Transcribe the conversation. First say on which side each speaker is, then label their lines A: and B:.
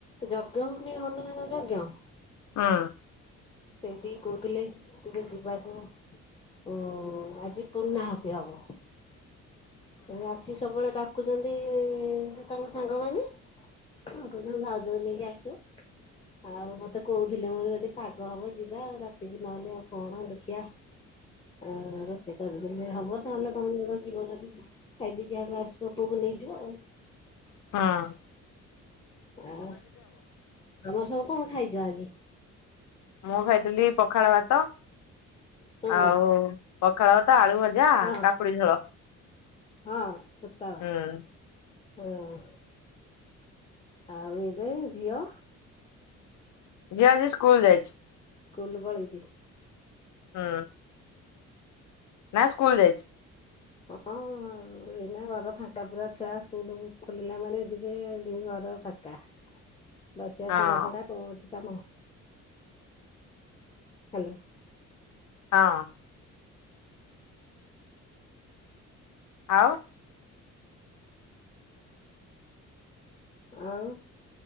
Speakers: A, on the left; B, on the left.
A: ଯଜ୍ଞ ହଉନି ହନୁମାନ ଯଜ୍ଞ।
B: ହଁ।
A: ସେଇଠିକି କହୁଥିଲେ ଟିକେ ଯିବାକୁ ଅ, ହଁ ଆଜି ପୂର୍ଣ୍ଣାହାତି ହବ। ଅଁ, ଆସିକି ସବୁବେଳେ ଡାକୁଚନ୍ତି ସେ ତାଙ୍କ ସାଙ୍ଗମାନେ। ଆଉ କୋଉଦିନ ଭାଉଜକୁ ନେଇକି ଆସିବ। ଆଉ ମୋତେ କହୁଥିଲେ ମୁଁ ଯଦି ପାଗ ହବ ଯିବା ଆଉ ରାତିକି ନହେଲେ ଆଉ କଣ ଦେଖିଆ। ଆ, ରୋଷେଇ କରିଦେଲେ ହବ ତାହେଲେ ତୋମ ଯିବ ଯଦି ଖାଇ ପିଇକି <unintelligible> ଆସିବ ପୁଅକୁ ନେଇଯିବ ଆଉ।
B: ହଁ।
A: ଆଉ ତୋମର ସବୁ କଣ ଖାଇଛ ଆଜି?
B: ମୁଁ ଖାଇଥିଲି ପଖାଳ ଭାତ
A: ହଁ
B: ଆଉ ପଖାଳ କ ତ ଆଳୁ ଭଜା
A: ହଁ
B: କାକୁଡି ଝୋଳ
A: ହଁ ପୋଟଳ।
B: ହୁଁ,।
A: ହଁ ଆଉ ଏବେ ଝିଅ
B: ଝିଅ ଆଜି ସ୍କୁଲ୍ ଯାଇଛି।
A: ସ୍କୁଲ୍ ପଳେଇଚି।
B: ହୁଁ। ନା ସ୍କୁଲ୍ ଯାଇଛି।
A: ହଁ। ଅ, ଏଇନା ଘର ଫାଙ୍କା ପୁରା ଛୁଆ ସ୍କୁଲ୍ ଖୋଲିଲା ମାନେ ଯିବେ ଏ ଘର ଫାଙ୍କା।
B: <unintelligible>
A: ବସିବା
B: ହଁ
A: ଶୋଇବା ଛଡା କଣ ଅଛି କାମ? ହାଲୋ!
B: ହଁ। ଆଉ?
A: ଆଉ